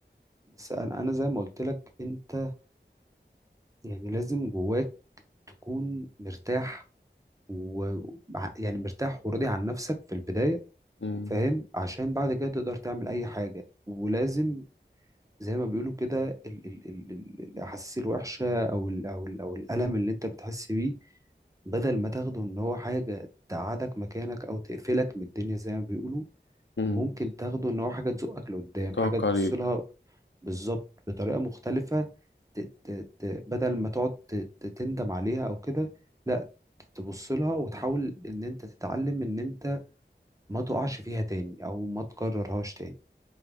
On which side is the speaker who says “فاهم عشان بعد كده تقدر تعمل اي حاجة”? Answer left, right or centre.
Right